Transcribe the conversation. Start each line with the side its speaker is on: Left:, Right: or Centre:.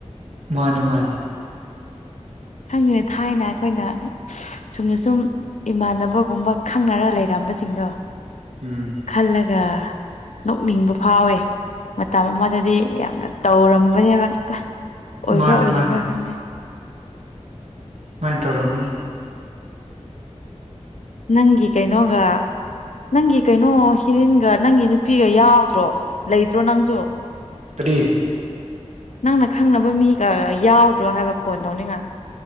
Right: ꯃꯥꯅꯦ ꯃꯥꯅꯦ
Left: ꯈꯪꯗꯦꯅ ꯊꯥꯏꯅ ꯑꯩꯈꯣꯏꯅ ꯁꯨꯝꯅ ꯁꯨꯝ ꯏꯃꯥꯟꯅꯕꯒꯨꯝꯕ ꯈꯪꯅꯔ ꯂꯩꯔꯝꯕꯁꯤꯡꯗꯣ
Right: ꯎꯝ
Left: ꯈꯜꯂꯒ ꯅꯣꯛꯅꯤꯡꯕ ꯐꯥꯎꯋꯦ ꯃꯇꯝ ꯑꯃꯗꯗꯤ ꯌꯥꯝꯅ ꯇꯧꯔꯝꯕꯅꯦꯕ ꯑꯣꯏꯕ꯭ꯔꯥ
Right: ꯃꯥꯅꯦ
Left: ꯑꯣꯏꯗꯕ꯭ꯔꯥ
Right: ꯃꯥꯅꯦ
Left: ꯈꯪꯗꯦ
Right: ꯁꯨꯃꯥꯏꯅ ꯇꯧꯔꯝꯃꯅꯤ
Left: ꯅꯪꯒꯤ ꯀꯩꯅꯣꯒ ꯅꯪꯒꯤ ꯀꯩꯅꯣ ꯍꯤꯔꯤꯟꯒ ꯅꯪꯒꯤ ꯅꯨꯄꯤꯒ ꯌꯥꯎꯗ꯭ꯔꯣ ꯂꯩꯗ꯭ꯔꯣ ꯅꯪꯁꯨ
Right: ꯀꯔꯤꯗꯤ
Left: ꯅꯪꯅ ꯈꯪꯅꯕ ꯃꯤꯒ ꯌꯥꯎꯗ꯭ꯔꯣ ꯍꯥꯏꯕ ꯐꯣꯟ ꯇꯧꯅꯤꯉ